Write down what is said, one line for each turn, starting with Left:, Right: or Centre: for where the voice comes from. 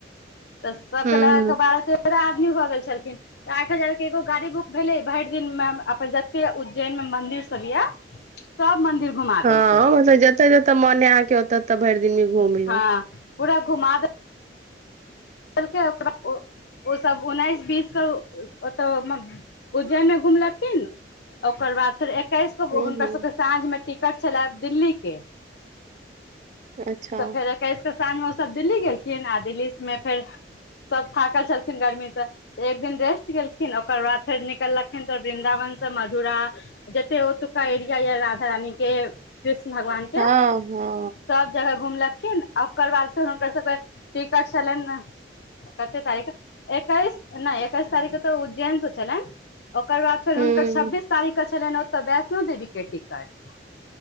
Left: तऽ सब
Right: हूँ
Left: क लगा क बारह ते आदमी भऽ गेल छलखिन तऽ आठ हजार के एगो गाड़ी बुक भेले भरि दिन मे अपन जते उज्जैन में मंदिर सब य सब मंदिर घुमा
Right: हँ
Left: देलकै
Right: मतलब जतऽ जतऽ मने आके ओत तऽ भरि दिनमे घूमिलू
Left: हँ पूरा घुमा द ेल ओक ओ सब उन्नैस बीस के ओतऽ उज्जैन मे घुमलखिन ओकर बाद फेर एकैस गो
Right: हूँ
Left: हुनकर
Right: हूँ
Left: सबके साँझ मे टिकट छला दिल्ली के
Right: अच्छा
Left: तऽ फेर ऐकस क साँझ मे ओ सब दिल्ली गेलखिन आ दिल्ली मे फेर सब थाकल छलखिन गर्मीसँऽ एक दिन रेस्ट गेलखिन ओकर बाद फेर निकललखिन तऽ वृन्दावन से मधुरा जते ओतुका एरिया यऽ राधा रानी के कृष्ण भगवान के
Right: हँ हँ
Left: सब जगह घुमलक िन आ ओकर बाद फेर हुनकर सबके टिकट छलनि कते तारीख एकैस नहि एकैस तारीख तऽ उज्जैनसँ छलै ओकर बाद फेर
Right: हूँ
Left: हुनकर छब्बीस तारीख के छल ओतऽ बैष्णो देवी के टिकट